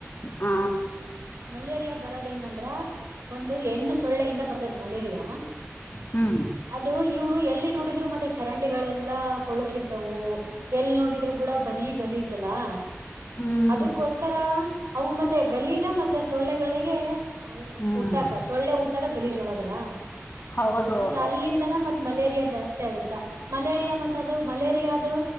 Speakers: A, on the left; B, on the right.
A: ಹಾ.
B: ಮಲೇರಿಯಾ ಬರೋದ ಹೆಂಗಂದ್ರ. ಒಂದು ಹೆಣ್ಣು ಸೊಳ್ಳೆಯಿಂದ ಬರ್ತೈತ್ ಮಲೇರಿಯಾ.
A: ಹುಂ
B: ಅದು ಇವ್ರು ಎಲ್ಲಿ ನೋಡಿದ್ರು ಮತ್ತೆ ಚರಂಡಿಗಳೆಲ್ಲಾ ಕೊಳಕಿರ್ ವು ಎಲ್ಲಿ ನೋಡಿದ್ರು ಕೂಡ ಬರೀ ಗಲೀಜಲಾ.
A: ಹ್ಮ್
B: ಅದಕ್ಕೋಸ್ಕರ ಅವು ಮತ್ತೆ ಗಲೀಜ ಮತ್ತೆ ಸೊಳ್ಳೆಗಳಿಗೆ.
A: ಹ್ಮ್
B: ಹುಟ್ಟಾಕ ಸೊಳ್ಳೆ ಹುಟ್ಟದ ಗಲೀಜ ಒಳಗೆಲ್ಲಾ
A: ಹೌದು
B: ಮತ್ತ ಅಲ್ಲಿಂದಾ. ಮತ್ ಮಲೇರಿಯಾ ಜಾಸ್ತಿ ಆಗುತ್ತಾ ಮಲೇರಿಯಾ ಮತ್ ಅದು ಮಲೇರಿಯಾ ಅದು.